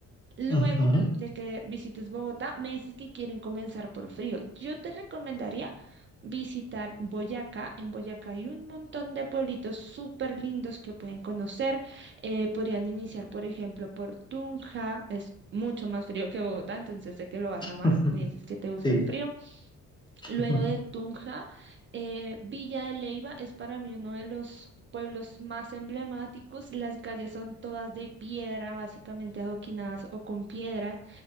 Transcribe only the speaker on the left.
Ujú.
<laughs>
Sí.
<laughs>